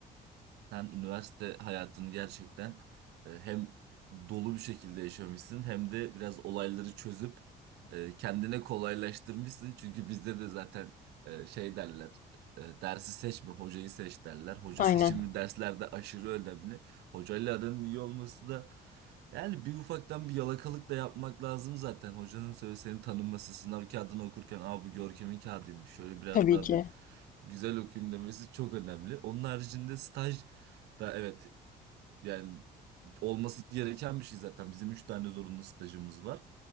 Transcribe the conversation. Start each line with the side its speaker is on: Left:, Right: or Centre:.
Right: Sen üniversite hayatını gerçekten e, hem dolu bir şekilde yaşamışsın hem de biraz olayları çözüp e, kendine kolaylaştırmışsın. Çünkü bizde de zaten e, şey derler, e, dersi seçme, hocayı seç derler. Hoca
Left: Aynen.
Right: seçimi derslerde aşırı önemli. Hocayla aranın iyi olması da yani bir ufaktan bir yalakalık da yapmak lazım zaten. Hocanın söyle seni tanınması, sınav kağıdını okurken Aa, bu Görkem'in kağıdıymış. Şöyle biraz
Left: Tabii
Right: daha
Left: ki.
Right: bir güzel okuyayım demesi çok önemli. Onun haricinde staj da evet yani olması gereken bir şey zaten. Bizim üç tane zorunlu stajımız var.